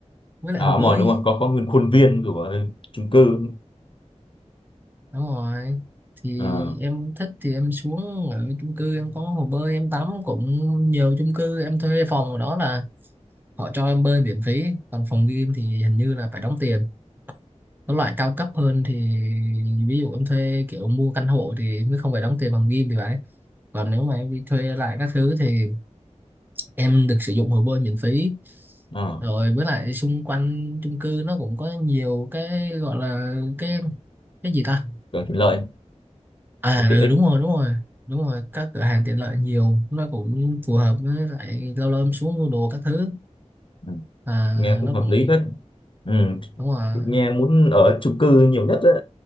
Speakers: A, on the right; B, on the left.
A: với lại
B: à
A: hồ bơi
B: đúng rồi đúng rồi có có nguyên khuôn viên của chung cư
A: đúng rồi thì
B: ờ
A: em thích thì em xuống ở chung cư em có hồ bơi em tắm cũng nhiều chung cư em thuê phòng ở đó là họ cho em bơi miễn phí còn phòng game thì hình như là phải đóng tiền có loại cao cấp hơn thì ví dụ em thuê kiểu mua căn hộ thì mới không phải đóng tiền phòng game thì phải còn nếu mà em đi thuê lại các thứ thì em được sử dụng hồ bơi miễn phí
B: ờ
A: rồi với lại xung quanh chung cư nó cũng có nhiều cái gọi là cái cái gì ta
B: càng tiện lợi
A: À
B: cái tiện
A: ừ,
B: ích
A: đúng rồi đúng rồi đúng rồi các cửa hàng tiện lợi nhiều nó cũng phù hợp với lại lâu lâu em xuống mua đồ các thứ
B: ừ.
A: à
B: nghe cũng
A: nó
B: hợp
A: cũng
B: lý hết ừ.
A: đúng rồi
B: nghe muốn ở chung cư nhiều nhất đấy